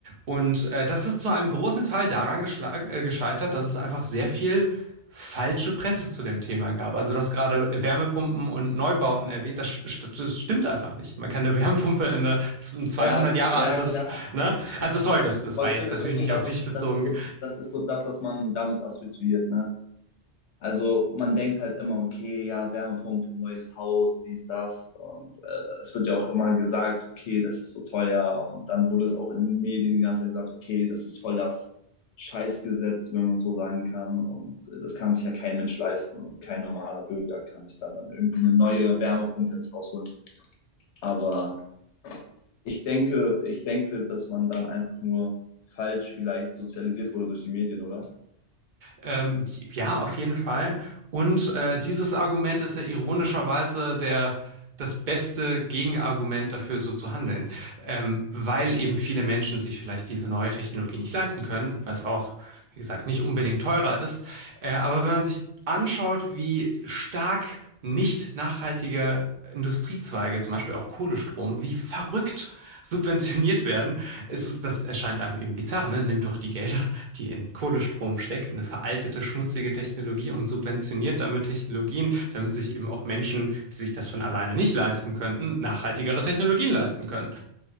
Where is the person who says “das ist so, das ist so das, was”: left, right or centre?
Left